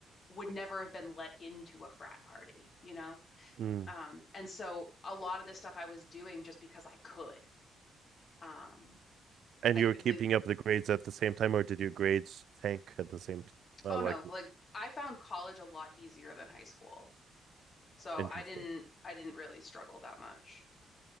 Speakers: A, on the left; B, on the right.
A: would never have been let into a frat party, you know?
B: Mm.
A: Um, and so a lot of the stuff I was doing just because I could. Um,
B: And
A: like
B: you were
A: the,
B: keeping
A: the
B: up the grades at the same time, or did your grades tank at the same t Uh,
A: oh no,
B: like,
A: like I found college a lot easier than high school. So
B: interesting.
A: I didn't I didn't really struggle that much.